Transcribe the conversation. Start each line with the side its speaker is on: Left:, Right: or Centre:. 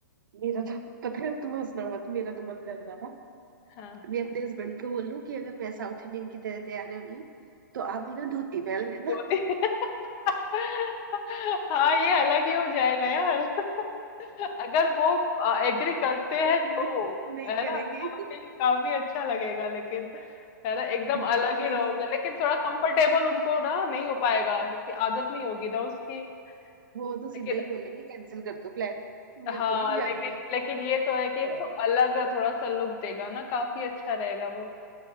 Right: मेरा तो पता है तुम हंसना मत मेरा तो मन कर रहा था
Left: हाँ
Right: मैं अपने हस्बैंड को बोलूं कि अगर मैं साउथ इंडियन की तरह तैयार हो रही हूँ तो आप भी ना धोती पहन लेना
Left: धोती <laughs> हाँ ये अलग ही हो जाएगा यार <laughs> अगर वो एग्री करते
Right: <laughs>
Left: हैं
Right: नहीं
Left: तो
Right: नहीं
Left: है
Right: करेंगे
Left: ना काफी काफी अच्छा लगेगा लेकिन है ना एकदम
Right: बिल्कुल
Left: अलग ही
Right: ही
Left: रहोगे
Right: नहीं
Left: लेकिन थोड़ा कंफर्टेबल उनको ना नहीं हो पाएगा क्योंकि आदत नहीं होगी ना उसकी
Right: वो तो
Left: लेकिन
Right: सीधा ही बोलेंगे कैंसिल कर दो प्लान मेरे
Left: हाँ
Right: को नहीं जाना
Left: लेकिन
Right: कहीं भी
Left: लेकिन ये तो है कि एक
Right: हाँ,
Left: तो अलग थोड़ा सा लुक देगा ना काफी अच्छा रहेगा वो